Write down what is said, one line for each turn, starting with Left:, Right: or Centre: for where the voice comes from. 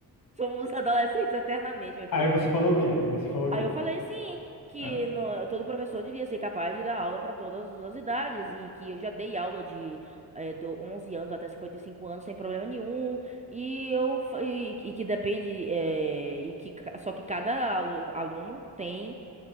Right: Somos adolescentes eternamente, meu
Left: Aí
Right: filho.
Left: você falou o quê? Você falou o
Right: Aí
Left: quê?
Right: eu falei sim, que
Left: Ah,
Right: no- todo professor devia ser capaz de dar aula para todas as idades e que eu já dei aula de eh, do 11 anos até 55 anos sem problema nenhum e eu fa- e, e que depende eh, e que ca- só que cada alu- aluno tem